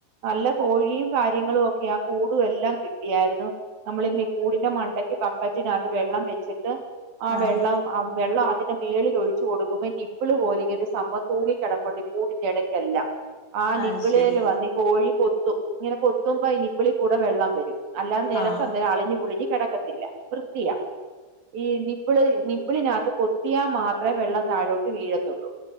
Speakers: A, on the right (about 60°); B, on the left (about 55°).
A: നല്ല കോഴിയും കാര്യങ്ങളും ഒക്കെ ആ കൂടും എല്ലാം കിട്ടിയായിരുന്നു നമ്മള് കൂടിന്റെ മണ്ടക്ക് ബക്കറ്റിനകത്ത് വെള്ളം വെച്ചിട്ട്
B: ആഹ്
A: വെള്ളം ആ വെള്ളം അതിന്റെ മേളിൽ ഒഴിച്ച് കൊടുക്കുമ്പോ നിബിള് പോലെ ഇങ്ങനെ ഒരു സംഭവം തൂങ്ങി കിടപ്പുണ്ട് കൂടിന്റെ ഇടക്കല്ലാം ആ നിപിളില്
B: അത് ശരി
A: വന്ന് ഈ കോഴി കൊത കൊത്തും ഇങ്ങനെ കൊത്തുമ്പോ ഈ നിബ്ബിളികൂടെ വെള്ളം വരും അല്ലാ നെലത്ത്
B: ആഹ്
A: <unintelligible> കെടക്കത്തില്ല വൃത്തിയാ ഈ നി ഇപ്പള് നിപ്പിളിനകത്ത് കൊത്തിയാൽ മാത്രമേ വെള്ളം താഴോട്ട് വീഴത്തൊള്ളൂ.